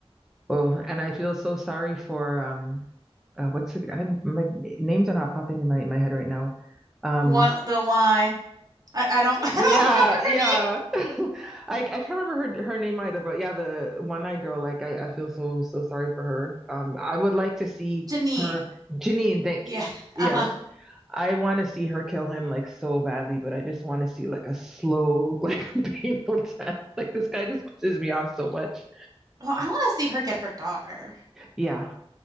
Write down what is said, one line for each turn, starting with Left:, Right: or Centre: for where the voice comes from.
Centre: Oh, and I feel so sorry for um, uh, what's the, I'm my names are not popping in my my head right now. Um,
Right: One the one I I, I don't <laughs> I don't
Centre: yeah,
Right: remember her
Centre: yeah. <laughs> I I can't remember her her name either, but yeah, the one-eyed girl. Like I I feel so so sorry for her. Um, I would like to see
Right: name.
Centre: her,
Right: Janine.
Centre: Janine. Thank
Right: Yeah.
Centre: you. Yes,
Right: Uh-huh.
Centre: I want to see her kill him like so badly, but I just want to see like a slow, <laughs> like painful death. Like this guy just pisses me off so much.
Right: Well, I want to see her get her daughter.
Centre: Yeah,